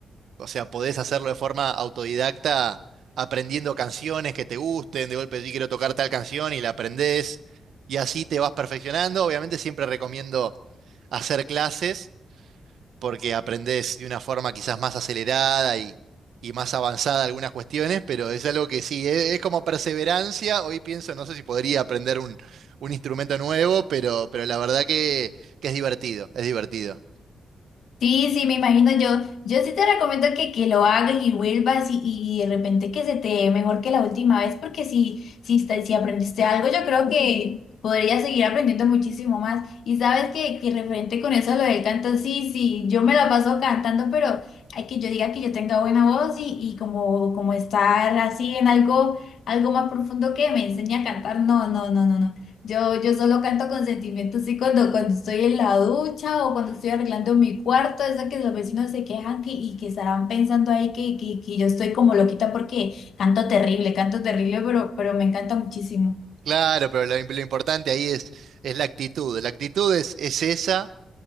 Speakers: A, on the right; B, on the left.
A: o sea, podés hacerlo de forma autodidacta aprendiendo canciones que te gusten, de golpe sí quiero tocar tal canción y la aprendés y así te vas perfeccionando. Obviamente siempre recomiendo hacer clases porque aprendés de una forma quizás más acelerada y, y más avanzada algunas cuestiones, pero es algo que sí, es, es como perseverancia. Hoy pienso, no sé si podría aprender un, un instrumento nuevo, pero, pero la verdad que, que es divertido, es divertido.
B: Sí, sí, me imagino. Yo, yo sí te recomiendo que, que lo hagas y vuelvas y, y de repente que se te dé mejor que la última vez, porque si, si, está- si aprendiste algo, yo creo que podrías seguir aprendiendo muchísimo más. Y sabes que, que referente con eso, lo del canto, sí, sí, yo me la paso cantando, pero hay que yo diga que yo tenga buena voz y, y como, como estar así en algo, algo más profundo que me enseñe a cantar. No, no, no, no, no. Yo, yo solo canto con sentimientos, y cuando, cuando estoy en la ducha o cuando estoy arreglando mi cuarto, es de que los vecinos se quejan que, y que estarán pensando ahí que, que, que yo estoy como loquita porque canto terrible, canto terrible, pero, pero me encanta muchísimo.
A: Claro, pero lo, im- lo importante ahí es, es la actitud. La actitud es, es esa.